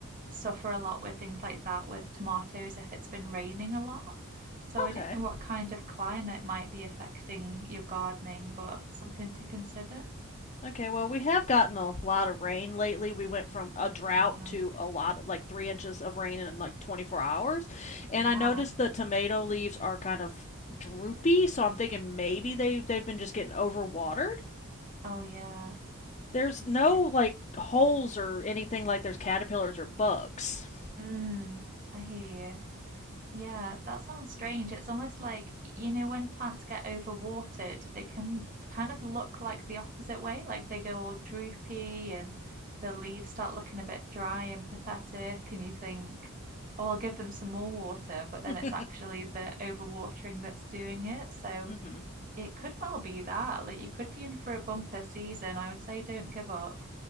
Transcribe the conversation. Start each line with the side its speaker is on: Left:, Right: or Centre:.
Right: suffer a lot with things like that with tomatoes if it's been raining a lot. So, I
Left: Okay.
Right: don't know what kind of climate might be affecting your gardening, but something to consider.
Left: Okay, well, we have gotten a lot of rain lately. We went from a drought
Right: Ah,
Left: to a lot, of, like three inches of rain in like 24 hours. And
Right: wow.
Left: I noticed the tomato leaves are kind of droopy, so I'm thinking maybe they, they've been just getting overwatered.
Right: Oh, yeah.
Left: There's
Right: It's
Left: no
Right: so,
Left: like holes or anything like there's caterpillars or bugs.
Right: mm, I hear you. Yeah, that sounds strange. It's almost like, you know, when plants get overwatered, they can kind of look like the opposite way, like they go all droopy and the leaves start looking a bit dry and pathetic, and you think, oh, I'll give them some more water, but then
Left: <laughs>
Right: it's actually the overwatering that's doing it. So
Left: hmm
Right: it could well be that. Like you could be in for a bumper season. I would say don't give up.